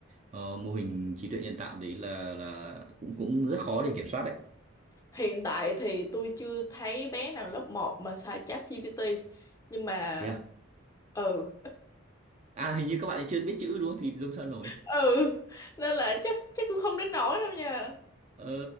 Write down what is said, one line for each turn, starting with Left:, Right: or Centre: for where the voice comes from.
Right: ờ, mô hình trí tuệ nhân tạo đấy là là cũng cũng rất khó để kiểm soát đấy
Left: hiện tại thì tôi chưa thấy bé nào lớp một mà xài chat GPT nhưng mà
Right: thế à
Left: ừ
Right: à hình như các bạn ấy chưa biết chữ đúng không thì dùng sao nổi
Left: ừ nên là chắc chắc cũng không đến nỗi đâu nha
Right: Ờ,